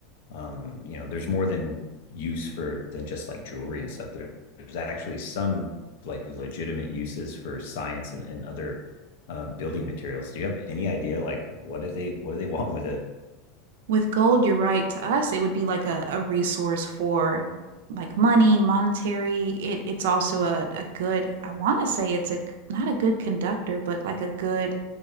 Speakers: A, on the left; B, on the right.
A: um you know there's more than use for than just like jewelry and stuff there, there's actually some like legitimate uses for science and, and other um, building materials do you have any idea like what do they what do they <laughs> want with it
B: With gold, you're right. To us, it would be like a, a resource for like money, monetary. It it's also a, a good, I want to say it's a not a good conductor, but like a good